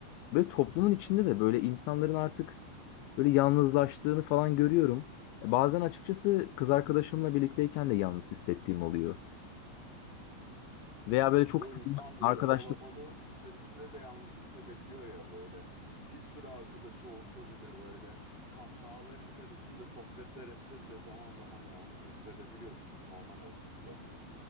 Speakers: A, on the left; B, on the right.
A: böyle toplumun içinde de böyle insanların artık böyle yalnızlaştığını falan görüyorum. E, bazen açıkçası kız arkadaşımla birlikteyken de yalnız hissettiğim oluyor.
B: Hı hı.
A: Veya böyle çok
B: Yo
A: sıkı
B: insan böyle
A: arkadaşlık
B: kalabalığın içerisinde de yalnız hissedebiliyor ya böyle. Bir sürü arkadaşı olsa bile böyle kahkahalar içerisinde sohbetler etse bile zaman zaman yalnız hissedebiliyor. Bu çok normal aslında